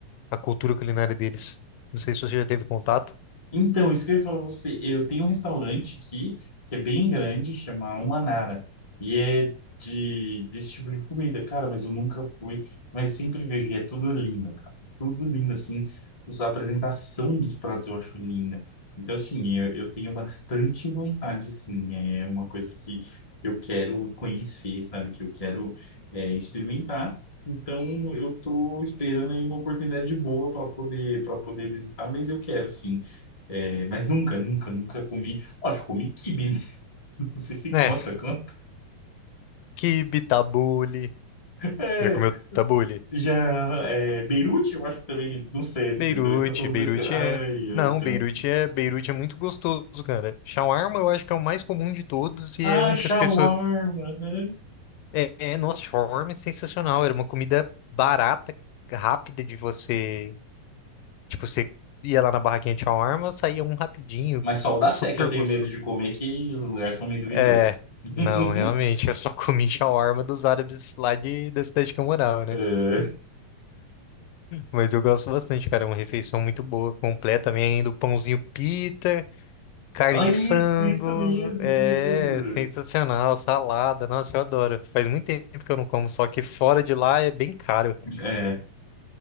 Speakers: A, on the left; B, on the left.
A: a cultura culinária deles. Não sei se você já teve contato.
B: Então, isso que eu ia falar pra você, eu tenho um restaurante aqui, que é bem grande, chama Umanara, e é de, desse tipo de comida, cara, mas eu nunca fui, mas sempre vejo, e é tudo lindo, cara, tudo lindo, assim, os- a apresentação dos pratos eu acho linda, então, assim, eu, eu tenho bastante vontade, sim, é uma coisa que eu quero conhecer, sabe, que eu quero é, experimentar, então eu tô esperando aí uma oportunidade boa para poder, para poder visitar, mas eu quero, sim. É, mas nunca, nunca, nunca comi. Acho que comi quibe, né? <laughs> Não sei se
A: Né,
B: conta, conta.
A: quibe, tabule.
B: É,
A: Já comeu tabule?
B: já é, Beirute, eu acho que também. Não sei, não
A: Beirute,
B: sei. Talvez estou falando
A: Beirute
B: besteira. Ai,
A: é...
B: ai,
A: Não,
B: então.
A: Beirute é, Beirute é muito gostoso, cara. Shawarma eu acho que é o mais comum de todos e
B: Ah,
A: é um
B: shawarma.
A: que as pessoas
B: né?
A: É, é, nossa, shawarma é sensacional. Era uma comida barata, rápida de você. Tipo, você ia lá na barraquinha de shawarma, saía um rapidinho,
B: Mas só o da
A: super
B: Sé que eu tenho
A: gostoso.
B: medo de comer, que os lugares são meio duvidosos.
A: É,
B: <laughs>
A: não, realmente, eu só <laughs> comi shawarma dos árabes lá de, da cidade que eu morava, né?
B: É.
A: Mas eu gosto bastante, cara. É uma refeição muito boa, completa. Vem ainda o pãozinho pita, carne
B: Ah,
A: de
B: isso,
A: frango.
B: isso mesmo,
A: É,
B: isso mesmo.
A: sensacional. Salada, nossa, eu adoro. Faz muito tempo que eu não como, só que fora de lá é bem caro.
B: É,